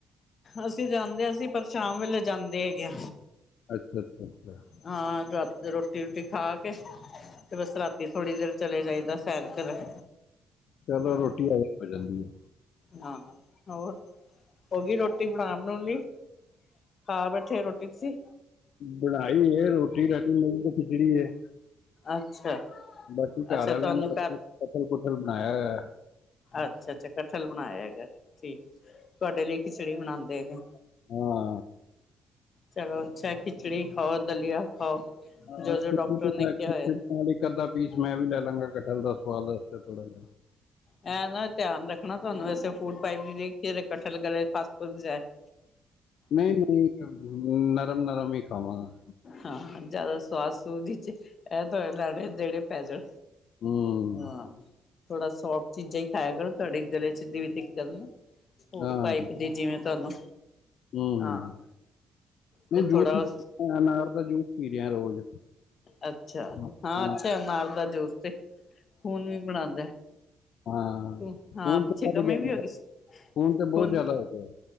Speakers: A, on the left; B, on the left.
A: ਅਸੀਂ ਜਾਂਦੇ ਅਸੀ ਪਰ ਸ਼ਾਮ ਵੇਲੇ ਜਾਂਦੇ ਹੈਗੇ ਆ
B: ਅੱਛਾ, ਅੱਛਾ, ਅੱਛਾ
A: ਹਾਂ ਰਾਤ ਦੀ ਰੋਟੀ ਰੂਟੀ ਖਾ ਕੇ ਤੇ ਬਸ ਰਾਤੀ ਥੋੜ੍ਹੀ ਦੇਰ ਚਲੇ ਜਾਈਦਾ ਸੈਰ ਕਰਨ
B: ਚਲੋ
A: ਹਾਂ
B: ਰੋਟੀ ਹਾਜਮ ਹੋ ਜਾਂਦੀ ਐ।
A: ਹਾਂ ਹੋਰ ਹੋਗੀ ਰੋਟੀ ਬਣਾ ਬਣੁ ਲਈ? ਖਾ ਬੈਠੇ ਰੋਟੀ ਤੁਸੀਂ
B: ਬਣਾਈ ਐ ਰੋਟੀ ਰਾਟੀ ਮੇਰੀ ਤੇ ਖਿਚੜੀ ਐ।
A: ਅੱਛਾ
B: ਬਾਕੀ ਘਰ
A: ਅੱਛਾ
B: ਵਾਲਿਆਂ
A: ਤੁਹਾਨੂੰ
B: ਨੇ ਕਥਲ ਕਠਲ ਕੁਠਲ ਬਣਾਇਆ ਐ।
A: ਅੱਛਾ-ਅੱਛਾ ਕਠਲ ਬਣਾਇਆ ਹੈਗਾ, ਠੀਕ ਤੁਹਾਡੇ ਲਈ ਖਿਚੜੀ ਬਣਾਦੇ ਹੈਗੇ।
B: ਹਾਂ
A: ਚਲੋ ਅੱਛਾ ਖਿਚੜੀ ਖਾਓ ਦਲੀਆ ਖਾਓ।
B: ਹਾਂ
A: ਜੋ ਜੋ
B: ਖਿਚੜੀ
A: ਡਾਕਟਰ ਨੇ
B: ਨਾਲ
A: ਕਿਹਾ ਹੋਇਆ ਨਾ
B: ਇੱਕ ਅੱਧਾ ਪੀਸ ਮੈਂ ਵੀ ਲੈ ਲਾਂਗਾ ਕਠਲ ਦਾ ਸਵਾਦ ਲਗਦਾ ਥੋੜਾ ਜਿਹਾ
A: ਇਹ ਧਿਆਨ ਰੱਖਣਾ ਤੁਹਾਨੂੰ ਵੈਸੇ ਫੂਡ ਪਾਇਪ ਕਠਲ ਗਲੇ ਚ ਫੱਸ ਫੂਸ ਜਾਏ <inaudible>
B: ਨਈ-ਨਈ ਨਰਮ-ਨਰਮ ਹੀ ਖਾਵਾਂਗਾ
A: ਹਾਂ ਜ਼ਿਆਦਾ ਸਵਾਦ ਸੁਵਾਦ ਚ ਇਹ ਲੈਣੇ ਦੇਣੇ ਪੈ ਜਾਣ
B: ਹੂੰ
A: ਹਾਂ ਥੋੜਾ ਸੋਫਟ ਚੀਜ਼ਾਂ ਹੀ ਖਾਇਆ ਕਰੋ ਤੁਹਾਡੇ ਗਲੇ ਚ ਦੀ ਵੀ ਦਿੱਕਤ ਨਾ ਫੂਡ
B: ਹਾਂ
A: ਪਾਈਪ ਦੀ ਜਿਵੇਂ ਤੁਹਾਨੂੰ
B: ਹੂੰ,
A: ਹਾਂ
B: ਨਈ
A: ਤੇ
B: ਰੋਜ
A: ਥੋੜਾ
B: ਅਨਾਰ ਦਾ ਜੂਸ ਪੀ ਰਿਹਾ ਰੋਜ਼,
A: ਅੱਛਾ
B: ਹਾ।
A: ਹਾਂ ਅੱਛਾ ਅਨਾਰ ਦਾ ਜੂਸ ਤੇ, ਖੂਨ ਵੀ ਬਣਾਦਾ ਐ।
B: ਹਾਂ
A: ਤੂੰ
B: ਖੂਨ
A: ਹਾਂ ਪਿੱਛੇ
B: ਤੇ ਵੱਧ
A: ਕਮੀ
B: ਗਿਆ
A: ਵੀ ਹੋ ਗਈ ਸੀ
B: ਖੂਨ ਤੇ ਬਹੁਤ
A: ਹੁਣ
B: ਜ਼ਿਆਦਾ ਹੋ ਗਿਆ